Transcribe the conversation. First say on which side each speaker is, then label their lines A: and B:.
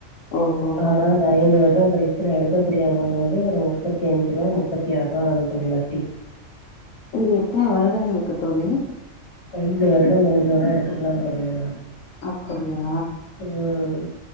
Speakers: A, on the left (about 75°); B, on the left (about 55°).
A: ஓஹோ
B: நா அந்த ஐந்து வருடம் கழிச்சு நா எடுக்கக்கூடிய அமௌண்ட் வந்து ஒரு முப்பத்தஞ்சுருவா முப்பத்தாருவா வரு தோழி வட்டி
A: இது எத்தனை வருடங்களுக்கு தோழி
B: ஐந்து வருடம் முடிஞ்சவுடனே எடுத்துக்கலா தோழி நம்ம
A: அப்டியா
B: ம்